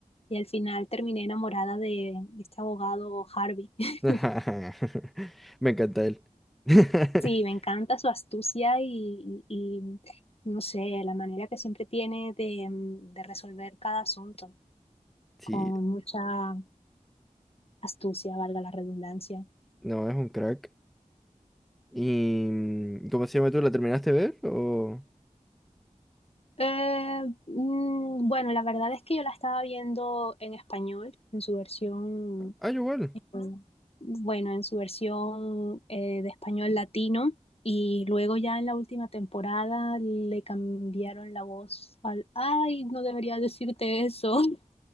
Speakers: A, on the left; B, in the centre.
A: Y al final terminé enamorada de este abogado Harvey. <laughs>
B: <laughs> Me encanta él. <laughs>
A: Sí, me encanta su astucia y, y- y, no sé, la manera que siempre tiene de, mm, de resolver cada asunto
B: Sí,
A: con mucha astucia, valga la redundancia?
B: no, es un crack. ¿Y mm, cómo se llama tú? ¿La terminaste de ver? ¿O...
A: Eh, mm, bueno, la verdad es que yo la estaba viendo en español, en su versión,
B: Ah, yo igual.
A: eh, bueno, en su versión eh, de español latino. Y luego ya en la última temporada le cambiaron la voz al, ay, no debería decirte eso. <laughs>